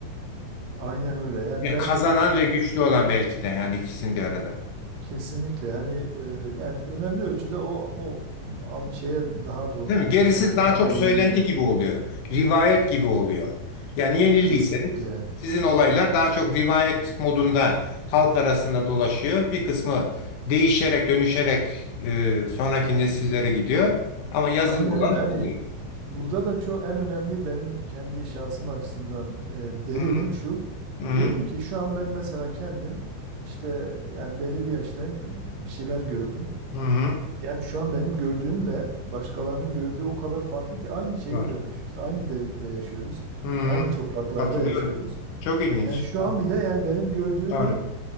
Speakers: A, on the right (about 65°); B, on the left (about 70°).
A: Aynen öyle. Yani
B: Ya
A: ben
B: kazanan ve güçlü olan belki de yani ikisini bir arada.
A: Kesinlikle hani e, yani önemli ölçüde o o al, şeye daha doğru
B: Değil mi? Gerisi
A: yani
B: daha
A: daha
B: çok
A: meyilliyim
B: söylenti
A: evet.
B: gibi oluyor. Rivayet gibi oluyor. Yani yenildiyseniz
A: Kesinlikle.
B: sizin olaylar daha çok rivayet modunda halk arasında dolaşıyor. Bir kısmı değişerek, dönüşerek e, sonraki nesillere gidiyor. Ama yazılı
A: Aynen
B: olan
A: öyle.
B: kalıyor.
A: Hani burada da çok en önemli benim kendi şahsım açısından e, delilim
B: Hı hı.
A: şu.
B: Hı hı.
A: Diyorum ki şu an ben mesela kendim işte yani belli bir yaştayım bir şeyler gördüm.
B: Hı hı.
A: Yani şu an benim gördüğümle başkalarının gördüğü o kadar farklı ki aynı şeyi
B: Doğru.
A: görmüşüz. Aynı devirde yaşıyoruz.
B: Hı hı.
A: Aynı topraklarda
B: Katılıyorum.
A: yaşıyoruz.
B: Çok ilginç.
A: Yani şu
B: Doğru.
A: an bile yani benim gördüğümü
B: Doğru.